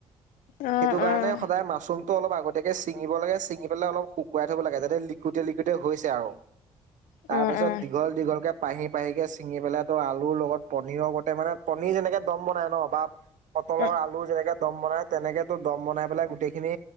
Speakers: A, on the left; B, on the right.
A: অ অ
B: সেইটো কাৰণে
A: অ
B: সদায় মাছৰুম ত অলপ আগতীয়াকে চিঙিব লাগে, ছিঙি পেলাই অলপ শুকাই থব লাগে, যাতে লিকইডে লিকুইডে হৈছে আৰু
A: অ',
B: তাৰ পিছত,
A: অ',
B: দীঘল দীঘল কে পাহি পাহি কে ছিঙি পেলাই তো আলুৰ লগত পনীৰৰ গতে মানে কনীৰ যেনেকে দম বনাই ন, বা পটলৰ
A: অ',
B: আলু যেনেকে দম বনাই তেনেকে, তো দম বনাই পেলাই গোটেই খিনি